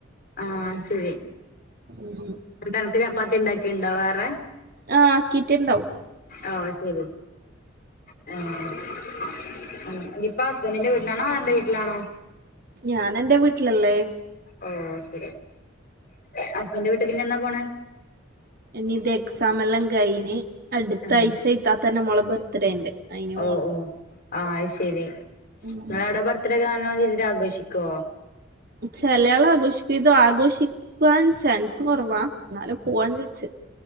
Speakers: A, on the left (about 50°); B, on the right (about 50°).
A: ആഹ് ശരി
B: ഉം
A: ന്നട്ട് അനക്ക് ചപ്പാത്തി ഉണ്ടാക്കലുണ്ടോ വേറെ
B: ആഹ കിറ്റിണ്ടാവും
A: ആഹ ശരി <unintelligible> ഇപ്പ ഹസ്ബൻറിന്റെ വീട്ടിലാണോ അന്റെ വീട്ടിലാണോ
B: ഞാൻ എൻന്റെ വീട്ടിലള്ളെ
A: ഓ ശരി ഹസ്ബൻഡന്റെ വീട്ടക്ക്ന്നെ പോണ
B: ഇനി ഇത് എക്സാം എല്ലാം കഴിഞ് അടുത്ത
A: ആഹ്
B: അഴ്ച്ച ഇത്താതന്റെ മോളെ ബർത്ത്ഡേ ഉണ്ട് അയിന് പോണം
A: ഓ ഓ ആ അത് ശരി
B: ഉം
A: നിങ്ങള അവിടെ ബർത്ത്ഡേ നല്ല രീതിൽ ആഘോഷിക്കുവോ
B: ചിലയാൾ ആഘോഷിക്ക ഇത ആഘോഷിക്കുവാൻ ചാൻസ് കുറവാ എന്നാലെ പോവാൻ ചച്ച